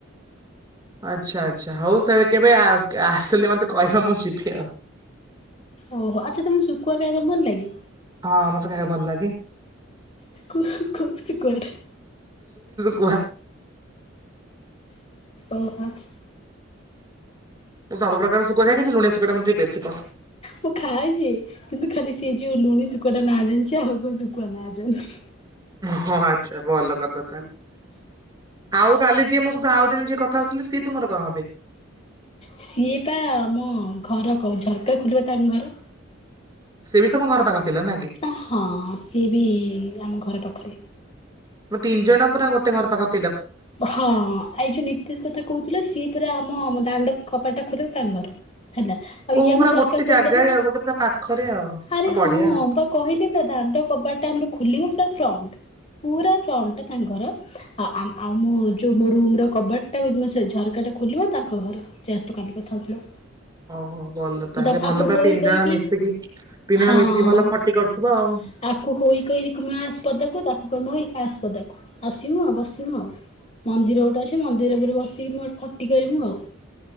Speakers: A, on the right (about 20°); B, on the left (about 30°).
A: ଆଚ୍ଛା ଆଚ୍ଛା ହଉ ସେ କେବେ ଆସିଲେ ମତେ କହିବ ମୁଁ ଯିବି ଆଉ
B: ଓହୋ ଆଚ୍ଛା ତମକୁ ଶୁଖୁଆ ଖାଇବା ଭଲ ଲାଗେ,
A: ହଁ ମତେ ଖାଇବାକୁ ଭଲ ଲାଗେ।
B: କୁ-କୁ ଶୁଖୁଆଟା।
A: କୁହା
B: ଅ ଆଞ୍ଚ୍
A: ମୁଁ ସବୁ ପ୍ରକାର ଶୁଖୁଆ ଖାଏ। କିିୁନ୍ତୁ ଲୁଣୀ ଶୁଖୁଆଟା ମୋତେ ଟିକେ ବେଶି
B: ମୁଁ ଖାଏଛି କିନ୍ତୁ ଖାଲି ସିଏ ଯୋ ଲୁଣି ଶୁଖୁଟା ନା ଜାଣିଛି ଆ କଉ ଶୁଖୁ ବନାଜନ୍ତି
A: ହଁ ଆଚ୍ଛା ଭଲ କଥା। ଆଉ କାଲି ଯିଏ ମୋ ସହିତ ଆଉ ଜଣେ ଯିଏ କଥା ହଉଥିଲେ ସିଏ ତୁମର କଣ ହେବେ?
B: ସିଏ ବା ଆମ ଘର କ ଝରକା ଖୋଲିବା ତାଙ୍କ ଘର।
A: ସେ ବି ତମ ଘର ପାଖ ପିଲା ନା କି?
B: ଆ ହଁ ସିଏ ବି-ଇ-ଇ ଆମ ଘର ପାଖ
A: ମ ତିନି ଜଣ ପରା ଗୋଟେ ଘର ପାଖା ପା
B: ହଁ ଏଇ ଯୋଉ ନିତିଶ କଥା କହୁଥିଲେ ସିଏ ପୁରା ଆମମ ଦାଣ୍ଡ କବାଟା ଖୋଲିବ ତାଙ୍କ ଘର। ହେଲା ଆଉ
A: ଓ
B: ଇଏ
A: ପୁରା
B: ମୁ ଝରକା
A: ଗୋଟେ
B: ଖୋଲିଦେବେ,
A: ଜାଗାରେ ଆଉ ଗୋଟେ ପୁରା ପାଖରେ ଆଉ
B: ଆରେ
A: ଆଉ ବଢିଆ
B: ହଁ
A: ଆଉ।
B: ବା କହିଲି ପରା ଦାଣ୍ଡ କବାଟ ଆମର ଖୁଲିବ ପୁରା ଫଣ୍ଟ୍ ପୁରା ଫ୍ରଣ୍ଟ୍ ତାଙ୍କ ଘର। ଆ ଆମ୍ ଆଉ ମୁଁ ଯେଉଁ ମୋ ରୁମ୍ର କବାଟା ମ ସେ ଝରକାଟା ଖୋଲିବ ତାଙ୍କ ଘର ଜଷ୍ଟ୍ କାଲି କଥା ହେଉଥିଲୁ।
A: ଓହୋ ଭଲ
B: ମୁ
A: ତାହେଲେ
B: ତାକୁ
A: ଭଲ
B: ଆକୁ
A: ତ
B: ହୋଇ
A: ତିନି
B: କହିକି
A: ଜଣ ମିଶିକି ତିନି ଜଣ
B: ହଁ-ଅ-ଅ-ଅ
A: ମିଶିକି ଭଲ ଖଟି କରୁଥିବ ଆଉ।
B: ଆକୁ ହୋଇ କହିକି କୁମସିପଦକୁ ତାକୁ କମଇ ଆସ ଦେଖ ଆସିମୁ ଆଉ ବସିମୁ ଆଉ। ମନ୍ଦିର ଗୋଟେ ଅଛି ମନ୍ଦିର ଉପରେ ବସିକି ମ ଖଟି କରିମୁ ଆଉ।